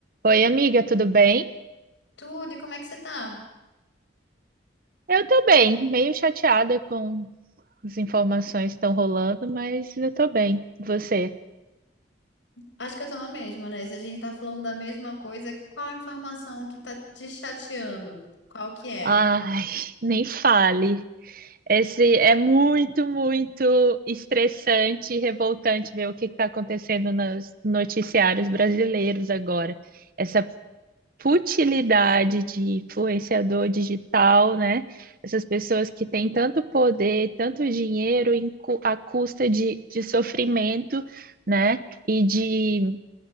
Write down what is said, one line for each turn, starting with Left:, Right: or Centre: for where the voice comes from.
Right: Oi, amiga, tudo bem?
Left: Tudo, e como é que você tá?
Right: Eu tô bem, meio chateada com as informações que estão rolando, mas eu tô bem. Você?
Left: Acho que eu tô na mesma, né? Se a gente tá falando da mesma coisa, qual a informação que tá te chateando? Qual que é?
Right: Ai, nem fale. Esse é muito, muito estressante e revoltante ver o que está acontecendo nos noticiários brasileiros agora. Essa futilidade de influenciador digital, né? Essas pessoas que têm tanto poder, tanto dinheiro em cu- à custa de, de sofrimento, né? E de,